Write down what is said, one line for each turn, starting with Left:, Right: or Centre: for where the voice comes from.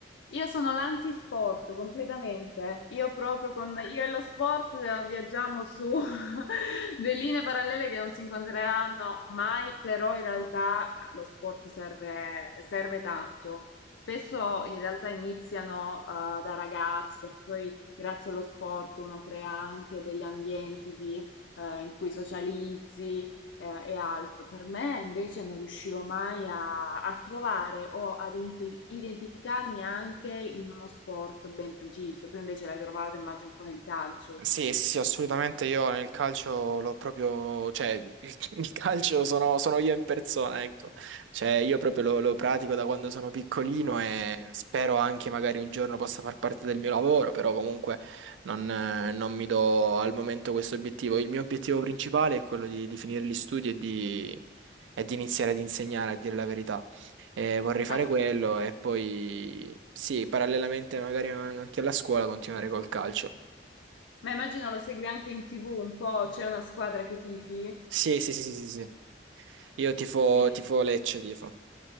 Left: Io sono l'antisport completamente. Io proprio con io e lo sport eh, viaggiamo su <laughs> due linee parallele che non si incontreranno mai, però in realtà lo sport serve, serve tanto. Spesso in realtà iniziano eh, da ragazzi, perché poi grazie allo sport uno crea anche degli ambienti di, eh, in cui socializzi, e, e altro. Per me invece non riuscivo mai a, a trovare o ad inti- identificarmi anche in uno sport ben preciso. Tu invece l'hai trovato, immagino, un po' nel calcio.
Right: Sì, sì, sì, assolutamente. Io nel calcio l'ho proprio, cioè, il, il calcio sono, sono io in persona, ecco. Cioè, io proprio lo, lo pratico da quando sono piccolino e spero anche magari un giorno possa far parte del mio lavoro, però comunque non, eh, non mi do al momento questo obiettivo. Il mio obiettivo principale è quello di, di finire gli studi e di, e di iniziare ad insegnare, a dire la verità. E vorrei
Left: Ma,
Right: fare
Left: sicur-
Right: quello e poi, sì, parallelamente magari anche alla scuola continuare col calcio.
Left: ma immagino lo segui anche in TV un po', c'è una squadra che tifi?
Right: Sì, sì, sì, sì, sì. sì. Io tifo,
Left: Quindi...
Right: tifo Lecce, tifo.